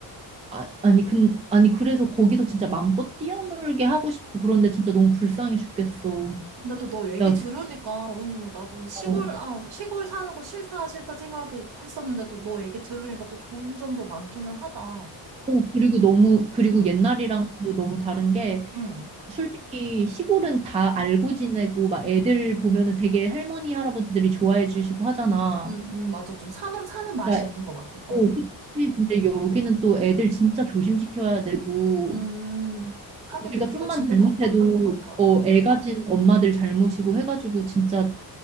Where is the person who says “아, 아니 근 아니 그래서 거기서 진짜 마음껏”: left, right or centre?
Right